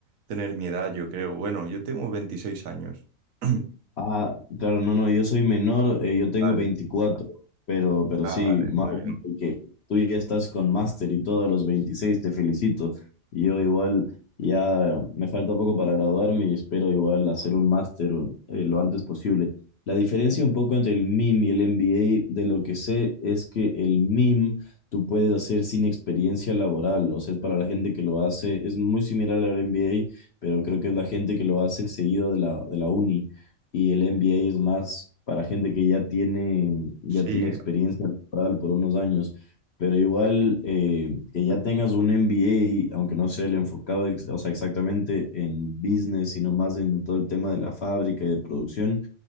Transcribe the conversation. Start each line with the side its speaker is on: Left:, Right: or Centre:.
Right: tener mi edad, yo creo. Bueno, yo tengo 26 años. <clears throat>
Left: Ah, claro, no, no, yo soy menor, eh, yo tengo
Right: Vale.
Left: 24, pero, pero
Right: Ah,
Left: sí,
Right: vale,
Left: ma-
Right: muy
Left: bueno,
Right: bien.
Left: que tú ya estás con máster y todo a los veintiséis te felicito. Y Yo igual ya me falta poco para graduarme y espero igual hacer un máster eh, lo antes posible. La diferencia un poco entre el MIM y el MBA, de lo que sé, es que el MIM tú puedes hacer sin experiencia laboral, o sea, es para la gente que lo hace, es muy similar al MBA, pero creo que es la gente que lo hace seguido de la, de la uni y el MBA es más para gente que ya tiene, ya
Right: Sí,
Left: tiene experiencia laboral por unos años, pero igual eh, que ya tengas un MBA, aunque no sea el enfocado, ex- o sea, exactamente en business, sino más en todo el tema de la fábrica y de producción,